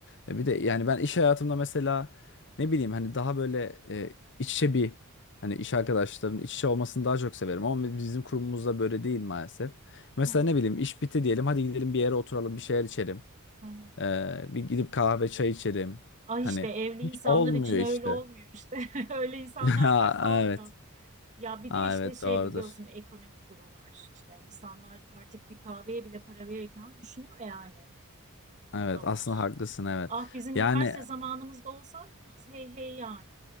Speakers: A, on the left; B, on the right.
A: E, bir de yani ben iş hayatımda mesela ne bileyim hani daha böyle e, iç içe bir hani iş arkadaşlarının iç içe olmasını daha çok severim. Ama bizim kurumumuzda böyle değil maalesef. Mesela
B: Hı hı,
A: ne bileyim iş bitti diyelim hadi gidelim bir yere oturalım bir şeyler içelim.
B: hı hı.
A: Ee, bir gidip kahve çay içelim.
B: Ah işte
A: Hani
B: evli insanlar
A: hiç olmuyor
B: için öyle
A: işte.
B: olmuyor işte. <laughs> Öyle insanlar
A: <laughs> Ha,
B: varsa olmuyor.
A: evet.
B: Ya bir
A: Ha,
B: de işte
A: evet
B: şey
A: doğrudur.
B: biliyorsun ekonomik durumlar. İşte insanlar artık bir kahveye bile para verirken düşünüyor yani.
A: Evet
B: O da
A: aslında
B: var.
A: haklısın evet.
B: Ah bizim
A: Yani
B: üniversite zamanımızda olsaydınız hey hey yani.